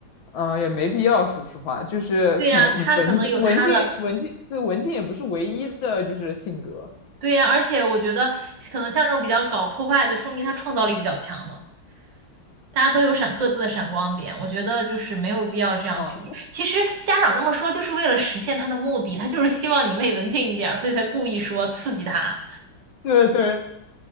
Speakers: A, on the left; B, on the right.
A: 嗯、也没必要，说实话，就是可能文静文静文静，
B: 对呀，他可能有他的。
A: 对，文静也不是唯一的就是性格，
B: 对呀，而且我觉得可能像这种比较搞破坏的，说明他创造力比较强呢。大家都有闪各自的闪光点，我觉得就是没有必要这样去比。
A: 嗯，
B: 其实家长这么说，就是为了实现他的目的，他就是希望你妹文静一点儿，所以才故意说刺激他。
A: <laughs> 对对